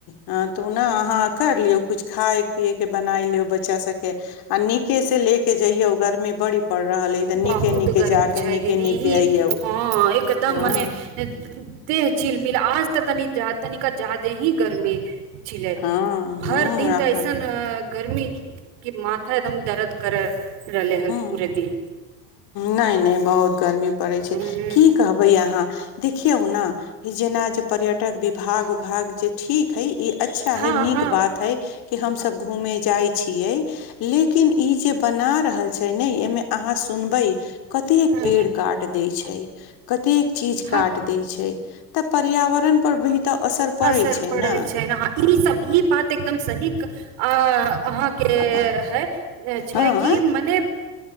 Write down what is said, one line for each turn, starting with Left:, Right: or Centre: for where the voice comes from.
Left: ह तू ने अहाँ कर लिऔ कुछ खाय पिय के बनाय लिओ बच्चा सबके आ नीके से ले के जइयौ गर्मी बड़ी पड़ रहल अइ तऽ नीके
Right: बहुत
Left: नीके
Right: गर्मी
Left: जाके
Right: छै
Left: नीके
Right: दीदी
Left: नीके अइयौ
Right: हँ एकदम
Left: हँ
Right: मने दे चिलमिल आज तऽ तनी तनीका जादे ही गर्मी छिलै
Left: हँ हँ
Right: हर दिन
Left: एखन
Right: तऽ अऐसन गर्मी कि माथा एकदम दर्द करै रहले हन पूरे
Left: ह
Right: दिन
Left: नइ नइ बहुत गर्मी पड़ै छै
Right: हूँ
Left: की कहबै अहाँ देखियऔ ने जेना जे पर्यटक विभाग उभाग जे ठीक है इ अच्छा
Right: हँ
Left: है नीक
Right: हँ
Left: बात है कि हम सब घूमे जाय छीये लेकिन ई जे बना रहल छै ने एहिमे अहाँ सुनबै कतेक
Right: हँ
Left: पेड़ क काट दै छैय कतेक चीज
Right: हँ
Left: काट दै छै तऽ पर्यावरण पर भी तऽ असर पड़ै
Right: असर
Left: छै
Right: पड़ल
Left: ने
Right: छै ह ई सब ई बात एकदम सही अ अहाँ के
Left: आ प
Right: है छै
Left: हँ
Right: कि मने